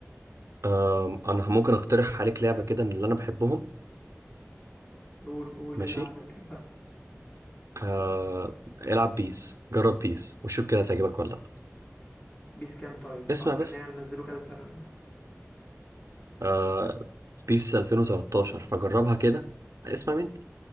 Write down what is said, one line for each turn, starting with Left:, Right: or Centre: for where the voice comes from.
Right: آم، انا ممكن اقترح عليك لعبه كده من اللي انا بحبهم
Left: قول قول
Right: ماشي
Left: ايه الالعاب اللي بتحبها
Right: آه، العب بيس جرب بيس وشوف كده هتعجبك ولا لا
Left: بيس كام طيب انا
Right: اسمع
Left: عارف
Right: بس
Left: ان هي نزلوا كذا سنه منها
Right: آه، بيس 2013 فجربها كده اسمع مني